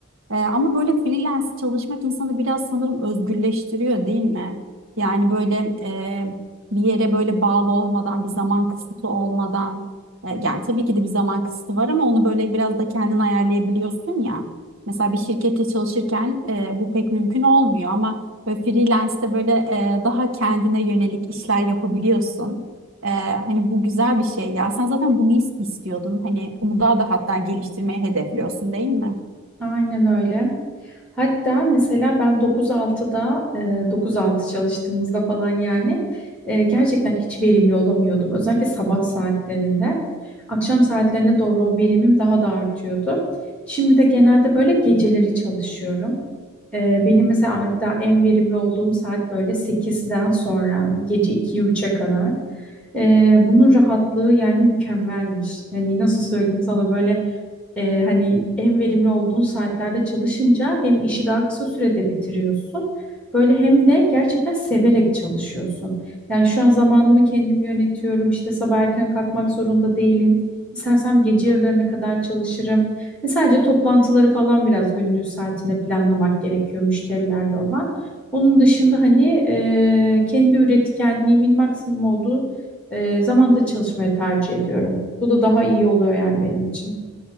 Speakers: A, on the right (about 70°); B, in the centre.
A: E, ama böyle freelance çalışmak insanı biraz sanırım özgürleştiriyor değil mi? Yani böyle e, bir yere böyle bağlı olmadan, bir zaman kısıtı olmadan e, yani tabii ki de bir zaman kısıtı var ama onu böyle biraz da kendin ayarlayabiliyorsun ya. Mesela bir şirkette çalışırken e, bu pek mümkün olmuyor ama böyle freelance'de böyle e, daha kendine yönelik işler yapabiliyorsun. Ee, hani bu güzel bir şey ya. Sen zaten bunu is- istiyordun. Hani bunu daha da hatta geliştirmeyi hedefliyorsun değil mi?
B: Aynen öyle. Hatta mesela ben 9-6'da, e, 9-6 çalıştığımızda falan yani e, gerçekten hiç verimli olamıyordum. Özellikle sabah saatlerinde. Akşam saatlerine doğru o verimim daha da artıyordu. Şimdi de genelde böyle geceleri çalışıyorum. E, Benim mesela hatta en verimli olduğum saat böyle sekizden sonra gece 2'ye üç'e kadar. E, bunun rahatlığı yani mükemmelmiş. Yani nasıl söyleyeyim sana böyle e, hani en verimli olduğun saatlerde çalışınca hem işi daha kısa sürede bitiriyorsun. Böyle hem de gerçekten severek çalışıyorsun. Yani şu an zamanımı kendim yönetiyorum. İşte sabah erken kalkmak zorunda değilim. İstersem gece yarılarına kadar çalışırım. Ve sadece toplantıları falan biraz günlüğü saatine planlamak gerekiyor müşterilerle olan. Onun dışında hani e, kendi üretkenliğimin maksimum olduğu e, zamanda çalışmayı tercih ediyorum. Bu da daha iyi oluyor yani benim için.